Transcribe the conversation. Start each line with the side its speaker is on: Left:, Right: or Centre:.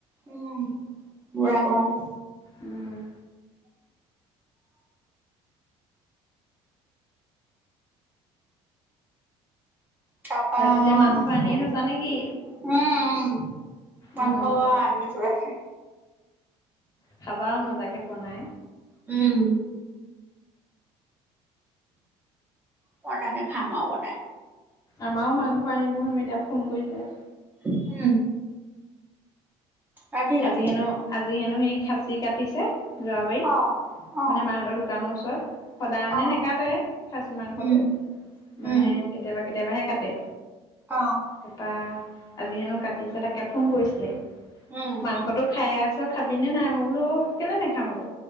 Right: উম পুৰা গৰম।
Left: উম।
Right: তাৰপা
Left: ৰাতিলে মাংস
Right: উম
Left: আনিয়ে
Right: উম,
Left: থৈছা নেকি?
Right: মাংস
Left: উম
Right: আকৌ আনি থোৱা আছে।
Left: খাবা মজাকে বনাই।
Right: উম। মই তাতে খাম আও বনাই।
Left: আমাৰও মাংস আনিব হেনো এতিয়া ফোন কৰিছে।
Right: উম। ৰাতিলে?
Left: আজি হেনো আজি হেনো সেই খাচী কাটিছে যোৱাবাৰীত।
Right: অ', অ',
Left: মানে মাহতৰ দোকানৰ ওচৰত, সদায় মানে
Right: অ'।
Left: নেকাটে খাচী মাংসটো?
Right: উম।
Left: মানে
Right: উম,
Left: কেতিয়াবা কেতিয়াবাহে কাটে।
Right: অ',
Left: তাপা আজি হেনো কাটিছে তাকে ফোন কৰিছিলে।
Right: উম,
Left: মাংসটো খাই আছ খাবিনে নাই? মই বোলো কেলে নাখাম আক।